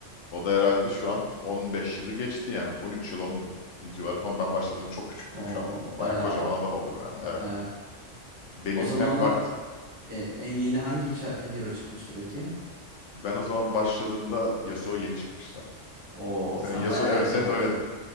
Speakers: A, on the left; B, on the right.
A: O da herhalde şu an 15 yılı geçti yani 13 yıl 10 civarı falan ben başladım çok küçüktüm
B: O
A: şu an. Baya
B: bayağı
A: kocaman
B: o.
A: adam oldum yani evet.
B: Evet.
A: Benim
B: O zamanlar
A: hem vakt
B: e, en yeni hangi ça- hero çıkmıştı peki?
A: ben o zaman başladığımda Yasuo yeni çıkmıştı.
B: Oo,
A: Senin
B: sen
A: Yasuo
B: bayağı
A: evet
B: erken
A: senin
B: başladın.
A: oynadığın